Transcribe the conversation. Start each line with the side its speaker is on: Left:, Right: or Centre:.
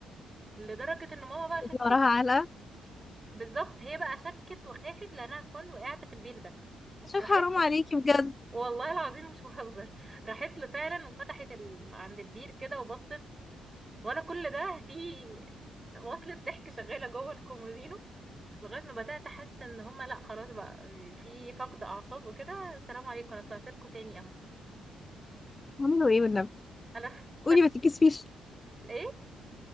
Right: لدرجه ان ماما بقى شكت
Left: وراها علقه
Right: بالظبط هي بقى شكت وخافت لانها كون وقعت في البير ده
Left: عشان
Right: راحت
Left: حرام
Right: له
Left: عليكي بجد
Right: والله العظيم مش بهزر راحت له فعلا وفتحت ال... عند البير كده وبصت وانا كل ده في وصلة ضحك شغالة جوه الكومودينو لغاية ما بدأت أحس إن هما لأ خلاص بقى في فقد أعصاب وكده سلام عليكم أنا طلعت لكم تاني أهو
Left: عملوا ايه والنبي
Right: أنا <laughs>
Left: قولي ما تتكسفيش
Right: إيه؟